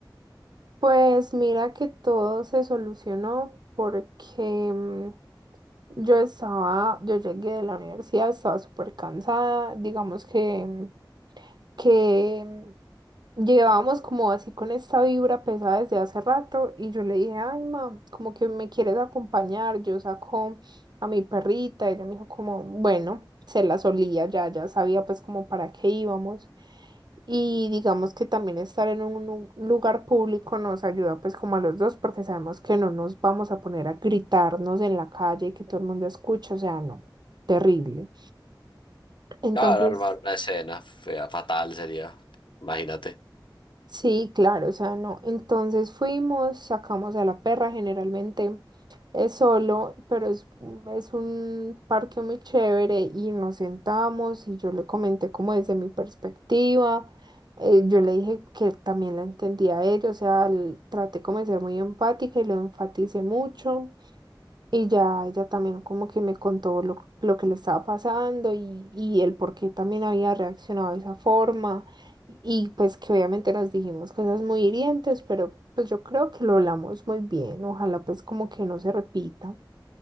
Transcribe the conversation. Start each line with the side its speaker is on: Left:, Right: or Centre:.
Right: Pues mira que todo se solucionó porque mm, yo estaba, yo llegué de la universidad, estaba súper cansada, digamos que mm, que mm, llevábamos como así con esta vibra pesada desde hace rato y yo le dije, ay, ma, como que me quieres acompañar, yo saco a mi perrita y ella me dijo como, bueno, se la solía, ya, ya sabía pues como para qué íbamos. Y digamos que también estar en un lu- lugar público nos ayuda pues como a los dos porque sabemos que no nos vamos a poner a gritarnos en la calle y que todo el mundo escuche, o sea, no, terrible. Entonces
Left: Claro, armar una escena fea, fatal sería, imagínate.
Right: Sí, claro, o sea, no. Entonces fuimos, sacamos a la perra, generalmente es solo, pero es, mm, es un parque muy chévere y nos sentamos y yo le comenté como desde mi perspectiva, eh, yo le dije que también la entendía a ella, o sea, l- traté como de ser muy empática y lo enfaticé mucho. Y ya ella también como que me contó lo, lo que le estaba pasando y, y el por qué también había reaccionado de esa forma. Y pues que obviamente nos dijimos cosas muy hirientes, pero pues yo creo que lo hablamos muy bien. Ojalá pues como que no se repita.